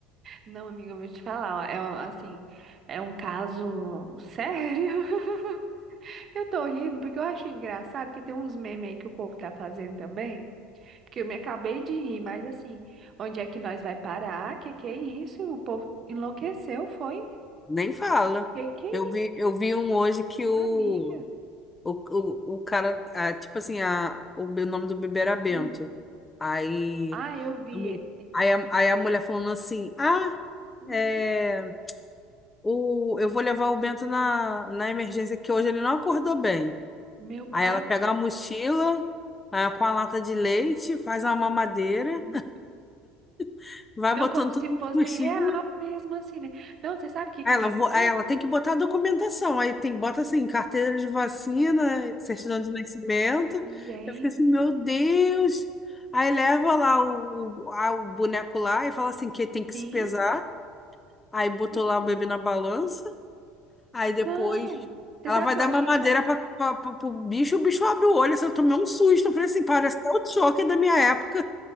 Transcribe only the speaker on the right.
Não, amiga, eu vou te falar, ó, é um- assim, é um caso sério. <laughs> Eu tô rindo porque eu acho engraçado que tem uns memes aí que o povo tá fazendo também, que eu me acabei de rir, mas assim, onde é que nós vai parar? Que que é isso? O povo enlouqueceu, foi?
Que que é
isso,
amiga?
Ah,
Ah, eu vi
esse.
Uhum.
Meu
pai,
gente.
Não,
como se
fosse
real mesmo, assim, né? Não, você sabe o que que
me
assusta?
Gente,
sim.
sim.
Não, você
sabe
o que
eu achei
engraçado?